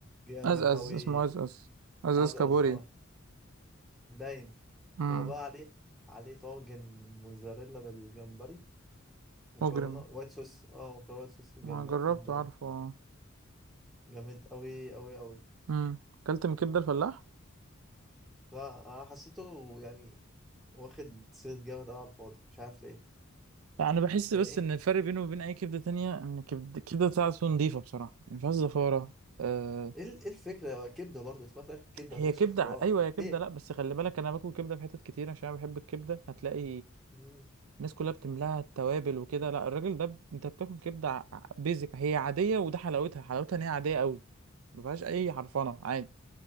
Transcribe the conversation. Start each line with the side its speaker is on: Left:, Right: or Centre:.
Centre: جامد
Right: أزأز
Centre: قوي
Right: اسمه أزأز أزأز
Centre: أزأز
Right: كابوريا
Centre: اه باين
Right: امم
Centre: هو بقى عليه عليه طاجن موتزاريلا بالجمبري مكرونة
Right: مجرم
Centre: وايت صوص اه مكرونة وايت صوص بالجمبري
Right: ما جربته
Centre: جامدة أوي
Right: عارفه اه
Centre: جامد أوي أوي أوي
Right: امم أكلت من كبدة الفلاح؟
Centre: لا أنا حسيته يعني واخد سيرة جامد أوي على الفاضي مش عارف ليه
Right: انا بحس
Centre: يعني
Right: بس
Centre: إيه
Right: ان الفرق بينه وبين اي كبده تانية ان كبده الكبده بتاعته نضيفه بصراحه ما فيهاش زفاره أه
Centre: إيه ال- إيه الفكرة كبدة برضه اسمها في الآخر كبدة
Right: هي
Centre: ما فيهاش
Right: كبده
Centre: اختراع
Right: ايوه هي كبده
Centre: هي ك...
Right: لا بس خلي بالك انا باكل كبده في حتت كتير عشان انا بحب الكبده هتلاقي
Centre: مم.
Right: الناس كلها بتملاها التوابل وكده لا الراجل ده ب... انت بتاكل كبده ع- بيزك هي عاديه وده حلاوتها حلاوتها ان هي عاديه قوي ما فيهاش اي حرفنه عادي